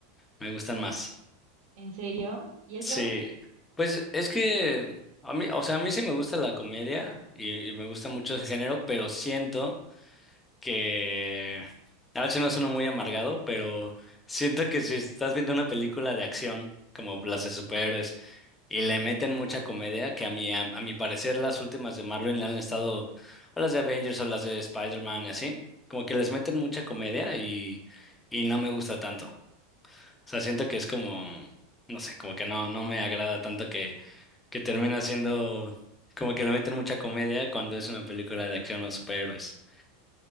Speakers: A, on the left; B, on the right.
A: Me gustan más.
B: ¿En serio? ¿Y eso?
A: Sí, pues es que a mí, o sea, a mí sí me gusta la comedia y, y me gusta mucho ese género, pero siento que a ver si no suena muy amargado, pero siento que si estás viendo una película de acción, como las de superhéroes, y le meten mucha comedia, que a mi, a, a mi parecer las últimas de Marvel le han estado, o las de Avengers o las de Spider-Man y así, como que les meten mucha comedia y, y no me gusta tanto. O sea, siento que es como, no sé, como que no, no me agrada tanto que, que termina siendo como que le meten mucha comedia cuando es una película de acción o superhéroes.